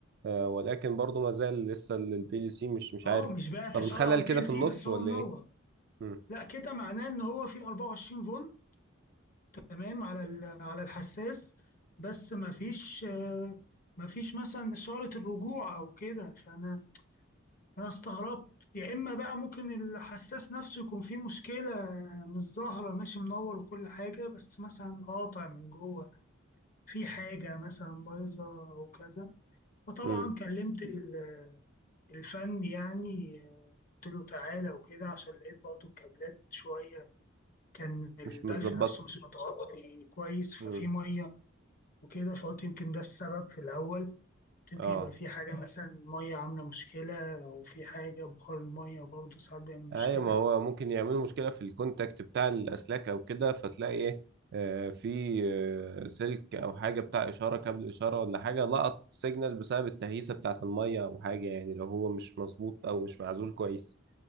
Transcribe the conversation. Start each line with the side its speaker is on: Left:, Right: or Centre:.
Right: آه ولكن برضه ما زال لسه البي ال سي مش مش
Left: اه
Right: عارف
Left: مش باعت
Right: طب
Left: الشارع
Right: الخلل
Left: على البي
Right: كده
Left: ال
Right: في
Left: سي
Right: النص
Left: بس
Right: ولا
Left: هو منور
Right: ايه؟ مم.
Left: لا كده معناه ان هو في 24 فولت تمام على ال- على الحساس بس ما فيش آه، ما فيش مثلا اشاره الرجوع او كده فانا انا استغربت يا اما بقى ممكن الحساس نفسه يكون فيه مشكله مش ظاهره ماشي منور وكل حاجه بس مثلا قاطع من جوه في حاجه مثلا بايظه او كذا فطبعا
Right: مم.
Left: كلمت ال الفن يعني آه، قلت له تعالى وكده عشان لقيت برضه الكابلات شوية كان البلف
Right: مش متظبطه
Left: نفسه مش متغطي كويس ففي
Right: مم.
Left: مية وكده فقلت يمكن ده السبب في الأول قلت يمكن
Right: اه
Left: يبقى في حاجة مثلا مية عاملة مشكلة أو في حاجة بخار المية برضه ساعات بيعمل مشكلة
Right: ايوه ما هو ممكن يعملوا مشكله في الكونتاكت بتاع الاسلاك او كده فتلاقي ايه آه، في آه، سلك او حاجه بتاع اشاره كابل اشاره ولا حاجه لقط سيجنال بسبب التهيسه بتاعه الميه او حاجه يعني لو هو مش مظبوط او مش معزول كويس